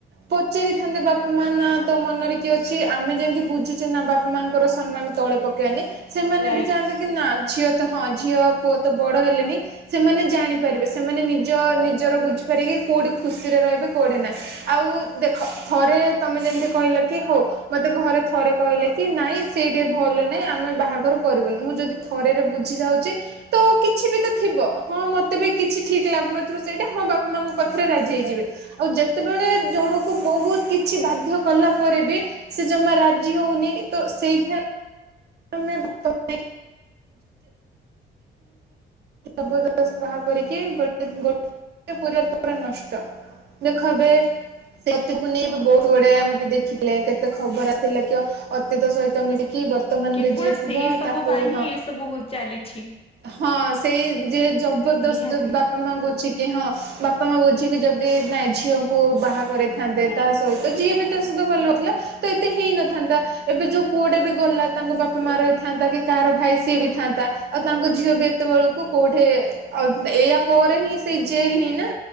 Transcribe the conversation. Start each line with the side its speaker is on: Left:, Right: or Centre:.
Right: ପଚାରିଥାନ୍ତେ ବାପା ମା ନା ତୋ ମନରେ କିଏ ଅଛି ଆମେ ଯେମତି ବୁଝୁଛେ ନା ବାପା ମାଙ୍କର ସମ୍ମାନ। ତଳେ ପକେଇବନି ସେମାନେ
Left: ରାଇଟ୍
Right: ବି ଚାହାନ୍ତିେ କି ନା ଝିଅ ତ ହଁ ଝିଅ ପୁଅ ତ ବଡ ହେଲେଣି। ସେମାନେ ଜାଣିପାରିବେ ସେମାନେ ନିଜ ନିଜର ବୁଝିପାରିବେ କି କୋଉଠି ଖୁସିରେ ରହିବେ କୋଉଠି ନାହିଁ। ଆଉ ଦେଖ ଥରେ ତମେ ଯେମିତି କହିଲ କି ହଉ। ମତେ ଘରେ ଥରେ କହିଲେ କି ନାଇଁ ସେଇଠେ ଭଲ ନାଇଁ ଆମେ ବାହାଘର କରିବୁନୁ ମୁଁ ଯଦି ଥରେରେ ବୁଝି ଯାଉଛି। ତ କିଛି ବି ତ ଥିବ ହଁ ମତେ ବି କିଛି ଠିକ ଲାଗୁନଥିବ ସେଇଟା ହଁ ବାପା ମାଙ୍କ କଥାରେ ରାଜି ହେଇଯିବେ ଆଉ ଯେତେବେଳେ ଜଣକୁ ବହୁତ କିଛି ବାଧ୍ୟ କଲା ପରେ ବି ସେ ଜମା ରାଜି ହଉନି ତ ସେଇଥି <inaudible> ଜବସ୍ତ ବାହା କରିକି ଗୋଟେ ଗୋଟେ ପରିବାର ପୁରା ନଷ୍ଟ। ଦେଖ ଏବେ ସେ ଅତିକୁ ନେଇ ବହୁତ ଗୁଡେ ଆମେ ବି ଦେଖିଲେ କେତେ ଖବର ଆସିଲା କି ଅ ଅତୀତ ସହିତ ମିଳିକି ବର୍ତ୍ତମାନରେ
Left: କେବଳ
Right: ଯିଏ ଥିବ
Left: ସେଇ ସବୁ
Right: ତାକୁ
Left: ପାଇଁ ହିଁ
Right: ହଁ।
Left: ଏ ସବୁ ଚାଲିଛି
Right: ହଁ ସେଇ ଯେ ଜବରଦସ୍ତ
Left: ନିହାତି।
Right: ଯଦି ବାପା ମା ବୁଝିକି ହଁ। ବାପା ମା ବୁଝିକି ଯଦି ନାଇ ଝିଅଙ୍କୁ ବାହା କରଇଥାନ୍ତେ ତା ସହିତ ଝିଏ ବି ତା ସହିତ ଭଲଥିଲା। ତ ଏତେ ହେଇନଥାନ୍ତା ଏବେ ଯୋଉ ପୁଅଟା ବି ଗଲା। ତାଙ୍କ ବାପା ମା ରହିଥାନ୍ତା କି କାହାର ଭାଇ ସିଏ ବି ଥାନ୍ତା ଆଉ ତାଙ୍କ ଝିଅ ବି ଏତେବେଳକୁ କୋଉଠି। ଆଉ ଏଇଆ ପରେ ହିଁ ସେଇ ଜେଲ ହିଁ ନା।